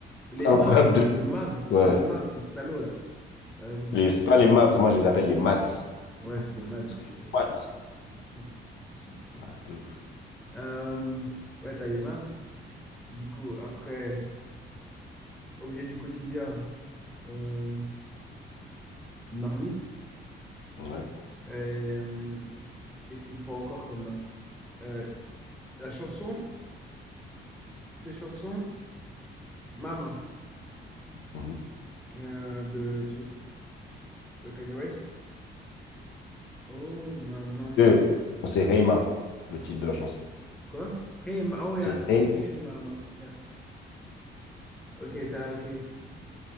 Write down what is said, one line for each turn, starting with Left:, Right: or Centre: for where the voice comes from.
Centre: Les
Left: incroyable
Centre: Mavs.
Left: de.
Centre: Les Mavs.
Left: Ouais.
Centre: Les Mavs, ces salauds, là. T'as raison.
Left: Les, c'est pas les Mavs, moi je les appelle les Mads.
Centre: Ouais, c'est les Mavs.
Left: Parce que
Centre: euh,
Left: what?
Centre: Ils sont, ils sont fous. Ils sont fous.
Left: Ah, de ouf.
Centre: Euh, ouais, t'as les Mavs. Du coup, après, objet du quotidien, euh, marmite.
Left: Ouais.
Centre: Euh, Qu'est-ce qu'il me faut encore comme main? Euh, la chanson, des chansons, Mama,
Left: Mhm.
Centre: euh, de truc, de Kanye West. Oh, Mama.
Left: Euh, C'est Heima, le titre de la chanson.
Centre: Quoi? Hey, ma oh, yeah.
Left: C'est Hey.
Centre: Hey, Mama. Yeah. Ok, t'as, ok.